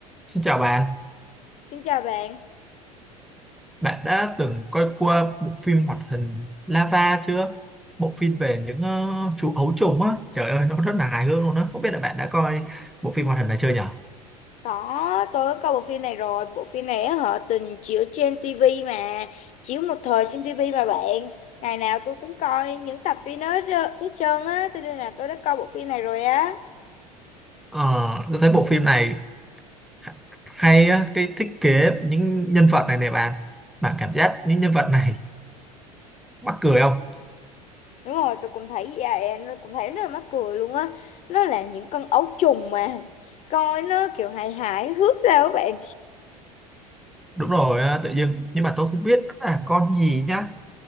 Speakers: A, in the centre; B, on the left (about 35°).
A: Xin chào bạn,
B: Xin chào bạn.
A: bạn đã từng coi qua bộ phim hoạt hình Lava chưa? Bộ phim về những ờ, chú ấu trùng á, trời ơi nó rất là hài hước luôn á. Không biết là bạn đã coi bộ phim hoạt hình này chưa nhở?
B: Có, tôi có coi bộ phim này rồi. Bộ phim này á, họ từng chiếu trên tivi mà. Chiếu một thời trên tivi mà bạn. Ngày nào tôi cũng coi những tập phim đó rơ- hết trơn á. Tôi nên là tôi đã coi bộ phim này rồi á.
A: Ờ, tôi thấy bộ phim này ha- hay á, cái thiết kế những nhân vật này nè bạn. Bạn cảm giác những nhân vật này mắc cười không?
B: Đúng rồi, tôi cũng thấy vậy. Nó cũng thấy rất là mắc cười luôn á. Nó là những con ấu trùng mà. Coi nó kiểu hài hài hước sao các bạn.
A: Đúng rồi, ờ, tự dưng. Nhưng mà tôi không biết nó là con gì nhá.